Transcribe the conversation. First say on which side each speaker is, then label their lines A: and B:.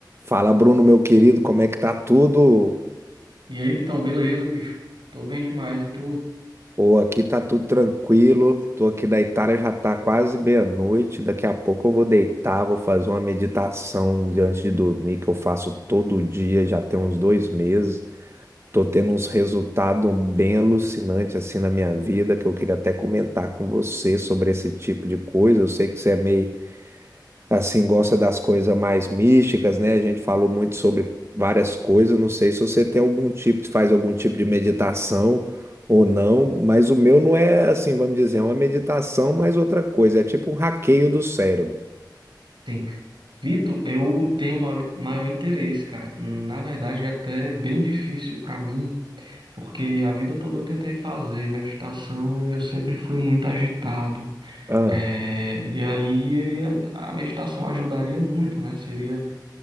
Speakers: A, on the right; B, on the right.
A: Fala, Bruno, meu querido, como é que tá tudo?
B: E aí, Vitão, beleza, bicho? Tô bem demais, e tu?
A: Pô, aqui tá tudo tranquilo. Tô aqui na Itália, já tá quase meia-noite. Daqui a pouco eu vou deitar, vou fazer uma meditação de- antes de dormir, que eu faço todo dia, já tem uns dois meses. Tô tendo uns resultados bem alucinantes assim na minha vida, que eu queria até comentar com você sobre esse tipo de coisa. Eu sei que você é meio assim, gosta das coisas mais místicas, né? A gente falou muito sobre várias coisas. Não sei se você tem algum tipo, faz algum tipo de meditação ou não, mas o meu não é assim, vamos dizer, é uma meditação, mas outra coisa. É tipo um hackeio do cérebro.
B: Sim. Vitor, eu tenho ma- maior interesse, cara. Hum, Na verdade, é até bem difícil pra mim, porque a vida toda eu tentei fazer meditação e eu sempre fui muito agitado.
A: Ah,
B: É, e aí a meditação ajudaria muito, né? Seria,